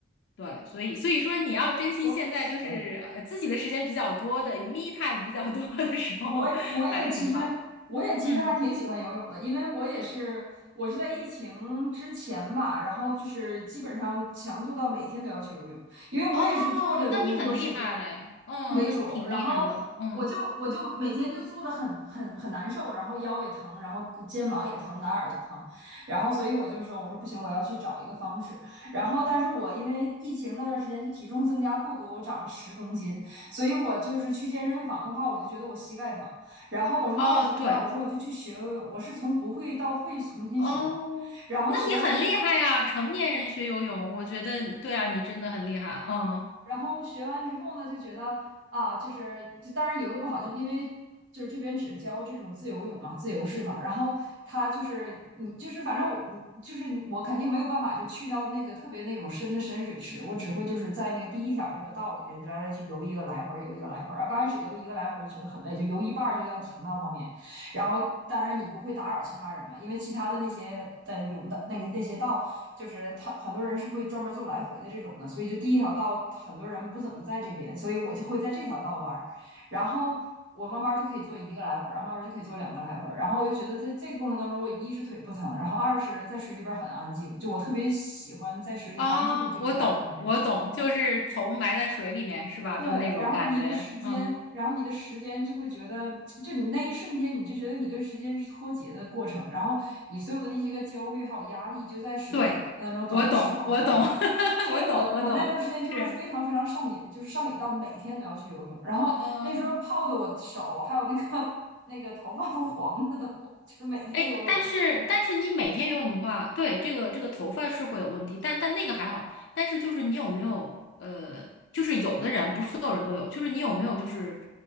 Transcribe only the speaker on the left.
对，所以所以说你要珍惜现在就是呃自己的时间比较多的，me
time 比较多的时候，
还挺好的
嗯，
哦，那你很厉害，哦，
那你挺厉害的，
嗯，
哦，对，
哦，
那你很厉害啊，成年人学游泳，我觉得对啊，你真的很厉害，嗯。
啊，我懂，我懂，就是头埋在水里面是吧？
就那种感觉。
嗯，
对，我懂，我懂，<laughs>
我懂，我懂，是，
嗯，
哎，但是但是你每天游泳的话，对，这个这个头发是会有问题，但但那个还好。但是就是你有没有呃，就是有的人不是所有人都有，就是你有没有就是